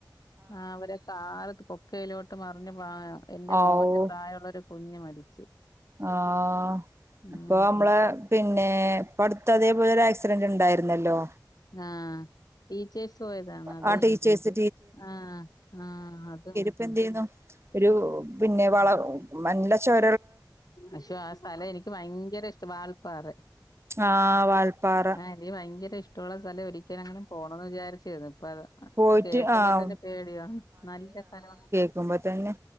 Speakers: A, on the left; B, on the right.
A: ആഹ് അവരത് കാലത്ത് കൊക്കയിലോട്ട് മറിഞ്ഞ് എന്റെ മോന്റെ
B: ഔ
A: പ്രായുള്ളൊരു കുഞ്ഞ് മരിച്ച്
B: ആഹ് അപ്പൊനമ്മളെ
A: ഉം
B: പിന്നെ ഇപ്പടുത്തതേപോലൊരു ആക്സിഡന്റ്ണ്ടായിര്ന്നല്ലോ
A: ആഹ് ടീച്ചേഴ്സ് പോയതാണത്
B: ആ ടീച്ചേഴ്സ്
A: ആഹ് ആഹ് അതും
B: ഇപ്പെന്തെയ്യുന്നു ഒരു പിന്നെ വള നല്ല ഷ
A: പക്ഷാ ആ സ്ഥലം എനിക്ക് ഭയങ്കര ഇഷ്ടം വാൽപ്പാറ
B: ആഹ് വാൾപ്പാറ
A: ഇനി ഭയങ്കരിഷ്ടമുള്ള സ്ഥലം ഒരിക്കലെങ്കിലും പോണന്ന് വിചാരിച്ചായിരുന്നു ഇപ്പൊ അത്
B: പോയിട്ട്
A: കേക്കുമ്പൊതന്നെ
B: ആഹ്
A: പേടിയാണ് നല്ല സ്ഥലഒന്നുല്ലേ
B: ക്കുമ്പൊതന്നെ